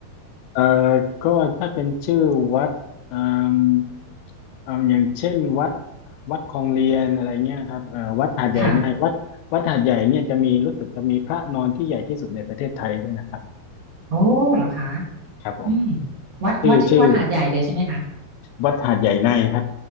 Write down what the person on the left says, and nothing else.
เอ่อก็ถ้าเป็นชื่อวัดเอ่มเอ่ออย่างเช่นวัดวัดคลองเรียนอะไรเงี้ยครับเอ่อวัดหาดใหญ่ไงวัดวัดหาดใหญ่เนี่ยจะมีรู้สึกจะมีพระนอนที่ใหญ่ที่สุดในประเทศไทยด้วยนะครับ
ครับผม
ชื่อชื่อวัดหาดใหญ่ในครับ